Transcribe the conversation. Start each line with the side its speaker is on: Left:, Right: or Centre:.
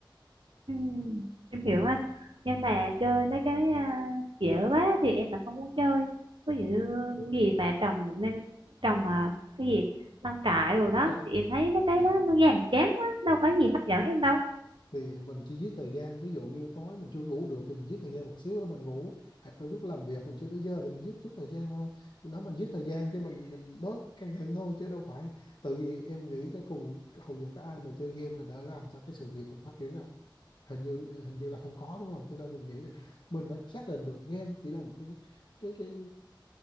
Right: Ừ, em hiểu anh nhưng mà chơi mấy cái à, dễ quá thì em là không muốn chơi ví dụ như
Left: ừ.
Right: cái gì mà trồng nên trồng mà cái gì nông trại rồi đó
Left: Tránh
Right: thì em thấy mấy cái
Left: à
Right: đó nó nhàm chán quá đâu có gì hấp dẫn em đâu
Left: thì mình chỉ giết thời gian ví dụ như tối mình chưa ngủ được thì mình giết thời gian một xíu đó mình ngủ hoặc là lúc làm việc mình chưa tới giờ thì mình giết chút thời gian thôi đó mình giết thời gian cho mình mình bớt căng thẳng thôi chứ đâu phải tự vì em nghĩ cho cùng hầu giờ có ai mà chơi game là đỡ làm cho cái sự nghiệp mình phát triển đâu hình như hình như là không có đúng không cho nên mình nghĩ là mình phải xác định được game chỉ là một cái cái cái